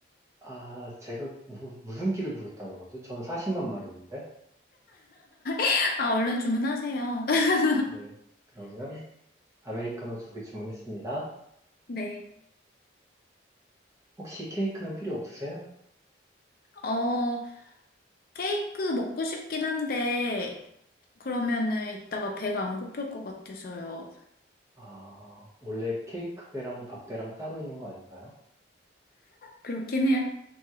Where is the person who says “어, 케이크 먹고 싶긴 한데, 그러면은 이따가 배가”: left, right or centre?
Left